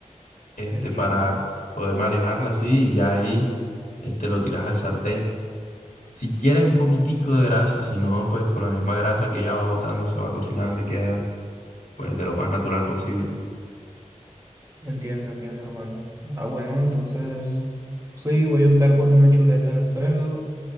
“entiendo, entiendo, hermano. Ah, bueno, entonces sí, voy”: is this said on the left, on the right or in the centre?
Right